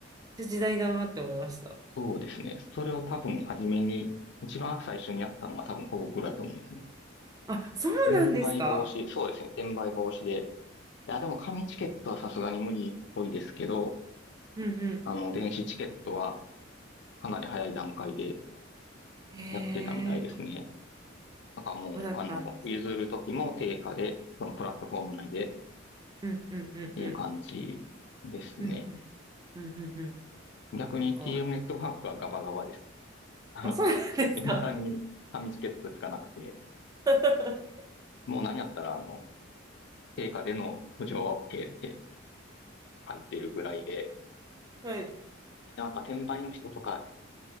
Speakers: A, on the right (about 20°); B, on the left (about 60°).
A: めっちゃ時代だなって思いました。
B: そうですね。それを多分初めに、一番最初にやったのが多分小僕だと思うんですね。
A: あ、そうなんですか
B: 転売防止、そうですね。転売防止で。いや、でも紙チケットはさすがに無理っぽいですけど、
A: うんう
B: あの、電子チケットはかなり早い段階で
A: ん。へえ、
B: やってたみたいですね。なんかもう、
A: そうだったんです。
B: あの、譲るときも定価で、そのプラットフォーム内でっ
A: うんうんうんうん。
B: ていう感じですね。
A: うんうんうんうんうん。
B: 逆に
A: なんか、
B: TM ネットワークはガバガバです。あの、
A: あ、そうなんですか。
B: 未だに紙チケットしかなくて、
A: <laughs>
B: もう何やったら、あの、定価での途上は OK って書いてるぐらいで、
A: はい。
B: でもやっぱ転売の人とかい